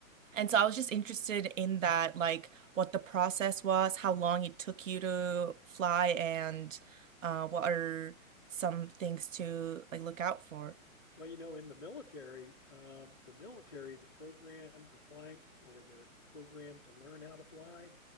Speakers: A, on the right (about 65°); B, on the left (about 15°).
A: And so I was just interested in that, like what the process was, how long it took you to fly, and uh, what are some things to like look out for.
B: Well, you know, in the military, um, the military, the program, the flying or the program to learn how to fly